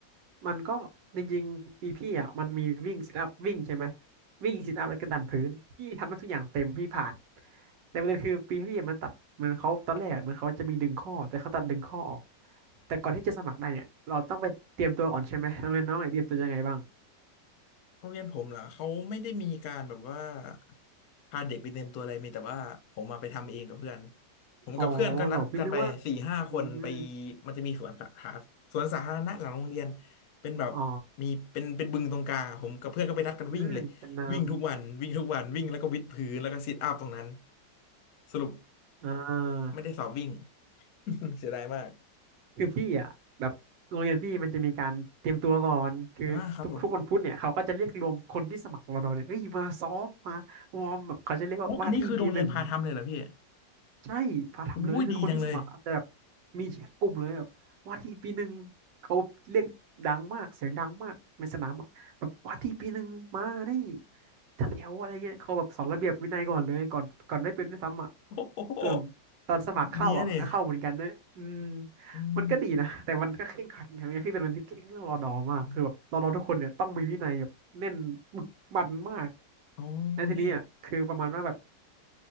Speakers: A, on the right; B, on the left.
A: มันก็จริงๆปีพี่อ่ะมันมีวิ่งซิทอัพวิ่งใช่ไหมวิ่งซิทอัพแล้วก็ดันพื้นพี่ทำได้ทุกอย่างเต็มพี่ผ่านแต่ประเด็นคือปีพี่อะมันตัดเหมือนเขาตอนแรกอะเหมือนเขาจะมีดึงข้อแต่เขาตัดดึงข้อออกแต่ก่อนที่จะสมัครได้เนี่ยเราต้องไปเตรียมตัวก่อนใช่ไหมน้องเรียนน้องเตรียมตัวยังไงบ้าง
B: โรงเรียนผมเหรอเขาไม่ได้มีการแบบว่าพาเด็กไปเต็มตัวอะไรมีแต่ว่าผมมาไปทำเองกับเพื่อนผมกับเพื่อนก็นัดกันไปสี่ห้าคนไป
A: อ๋อเหรอพี่นึกว่าอืม
B: มันจะมีสวนสาธารสวนสาธารณะหลังโรงเรียนเป็นแบบ
A: อ๋อ
B: มีเป็นเป็นบึงตรงกลางอะผมกับเพื่อนก็ไปนัดกันวิ่งเลยวิ่งทุกวันวิ่งทุกวันวิ่งแล้วก็วิดพื้นแล้วก็ซิทอัพตรงนั้น
A: อืมเป็นน้ำ
B: สรุป
A: อ่า
B: ไม่ได้สอบวิ่ง <laughs> เสียดายมาก
A: คือพี่อ่ะแบบโรงเรียนพี่มันจะมีการเตรียมตัวก่อนคือทุกทุกวันพุธเนี่ยเขาก็จะเรียกรวมคนที่สมัครรอดอเนี่ยเอ้ยมาซ้อมมาวอร์มแบบเขาจะเรียกว่าว่าที่ปีหนึ่ง
B: อ่าครับผมโอ้อันนี้คือโรงเรียนพาทำเลยเหรอพี่
A: ใช่พาทำเลยคือคนที่สมัครอะแต่แบบ
B: อู้ยดีจังเลย
A: มีแชทกลุ่มเลยแบบว่าที่ปีหนึ่งเขาเรียกดังมากเสียงดังมากในสนามอะแบบว่าที่ปีหนึ่งมานี่จัดแถวอะไรเงี้ยเขาแบบสอนระเบียบวินัยก่อนเลยก่อนก่อนได้เป็นด้วยซ้ำอ่ะ
B: <laughs> โอ้โห
A: ส่วนตอนสมัครเข้าอ่ะก็เข้าเหมือนกันนะอืม
B: ดีนะเนี่ยอืม
A: มันก็ดีนะแต่มันก็เคร่งขัดอย่างเงี้ยพี่เป็นคนที่เคร่งเรื่องรอดอมากคือแบบรอดอทุกคนเนี่ยต้องมีวินัยแบบแน่นบึกบั่นมาก
B: อมอ๋อ
A: แล้วทีนี้อ่ะคือประมาณว่าแบบ
B: พี่